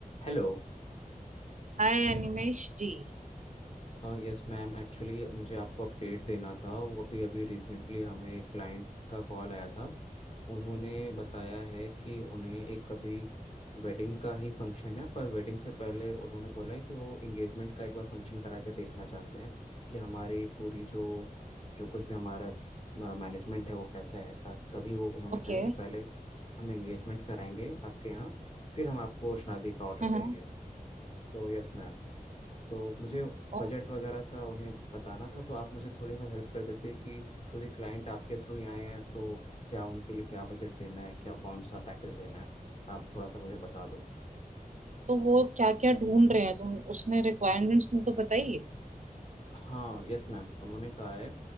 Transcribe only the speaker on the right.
हाय Animesh ji
Okay
हाँ
और
तो वो क्या क्या ढूंढ रहे हैं तुम उसमें रिक्वायरमेंट्स तुमको बताइए